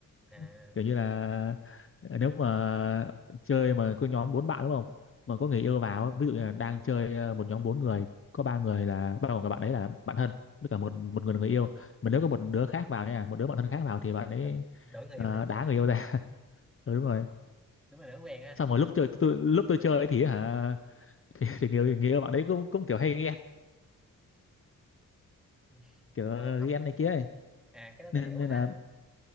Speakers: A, in the centre; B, on the left.
A: à
B: <laughs> kiểu như là à, nếu mà chơi mà có nhóm bốn bạn đúng không mà có người yêu vào ấy, ví dụ như là đang chơi à, một nhóm bốn người có ba người là bao gồm cả bạn ấy là bạn thân với cả một một người là người yêu mà nếu có một đứa khác vào nha một đứa bạn thân khác vào thì bạn
A: làm
B: ấy
A: làm đổi người
B: à,
A: yêu đi
B: đá người yêu ra <laughs> ừ, đúng rồi
A: <laughs> đúng là đổi quen á
B: xong rồi lúc chơi tôi lúc tôi chơi ấy thì hả <laughs> thì, thì người, người yêu bạn đấy cũng cũng kiểu hay ghen
A: <laughs>
B: kiểu
A: mà ông, ông
B: ghen này kia ấy.
A: à cái đó
B: nên
A: tôi hiểu
B: nên
A: mà à,
B: là